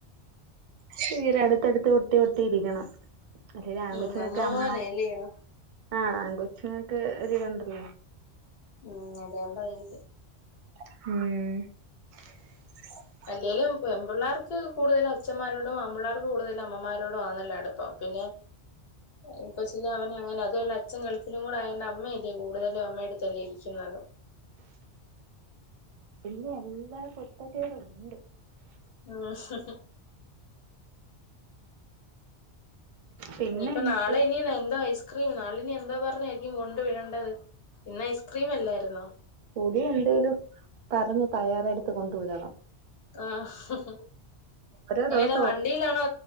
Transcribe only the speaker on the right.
തീരെ അടുത്ത്ടുത്ത് ഒട്ടി ഒട്ടി ഇരിക്കണം അല്ലങ്കിൽ ആൺകൊച്ചിനെ
അമ്മ
ആഹ് ആൻകൊച്ചുങ്ങക്ക് ഒരു കണ്ടർല്ലോ
ഉം
പിന്നെ എല്ലാ കുരുത്ത കേട്ണ്ട്
പിന്നെ
എനിക്ക്
പൊടി ഉണ്ടോലും തറയെന്ന് തയ്യറെടുത്ത് കൊണ്ട് വിടണം
ഓരോ ദിവസവും